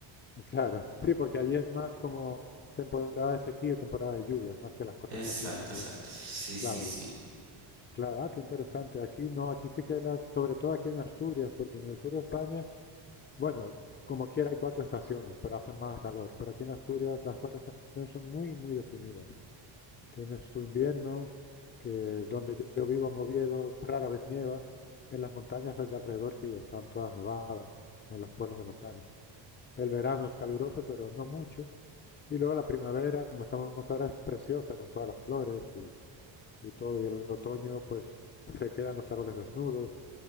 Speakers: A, on the left (about 25°); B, on the right (about 75°).
A: Claro, sí, porque allí es más como temporada de sequía y temporada de lluvias, más que las cuatro
B: Exacto,
A: estaciones, según.
B: exacto. Sí, sí,
A: Claro,
B: sí.
A: claro, ah, qué interesante. Aquí no, aquí sí que las, sobre todo aquí en Asturias, porque en el sur de España, bueno, como quiera hay cuatro estaciones, pero hace más calor. Pero aquí en Asturias las cuatro estaciones son muy, muy definidas. Tienes tu invierno, que donde yo, yo vivo en Oviedo rara vez nieva, en las montañas de alrededor sí están todas nevadas, o en los pueblos de montaña. El verano es caluroso, pero no mucho. Y luego la primavera, como estamos ahora, es preciosa con todas las flores y, y todo. Y el otoño, pues se quedan los árboles desnudos.